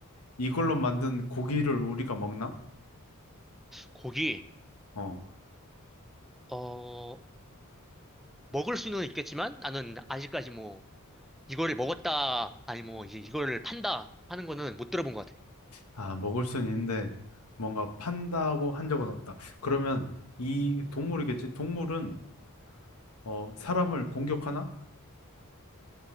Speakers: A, on the left (about 85°); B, in the centre.
A: 이걸로 만든 고기를 우리가 먹나?
B: 고기,
A: 어.
B: 어, 먹을 수는 있겠지만 나는 아직까지 뭐 이거를 먹었다, 아니 뭐 이제 이거를 판다 하는 거는 못 들어본 것 같아.
A: 아, 먹을 순 있는데 뭔가 판다고 한 적은 없다. 그러면 이 동물이겠지? 동물은 어, 사람을 공격하나?